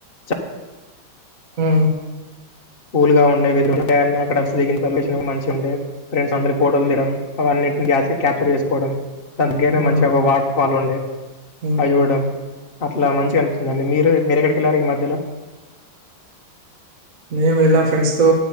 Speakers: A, on the left (about 35°); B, on the right (about 40°).
A: చా
B: హు
A: కూల్ గా ఉండేవి దొరిక అన్నీ అక్కడ ఫ్రీ గా ఇన్ఫర్మేషన్ మంచి ఉండే ఫ్రెండ్స్ అందరి ఫోటోలు తియడం అవన్నీ క్యాప్చర్ చేసుకోవడం దగ్గరే
B: హ్మ్
A: మంచిగా ఒక వాటర్ ఫాల్ ఉండే
B: హ్మ్
A: అవి చూడడం అట్లా మంచి అనిపిస్తుందిండి మీరు మీరెక్కడికి వెళ్ళారు ఈ మధ్యలో
B: మేము వెళ్ళాం ఫ్రెండ్స్ తో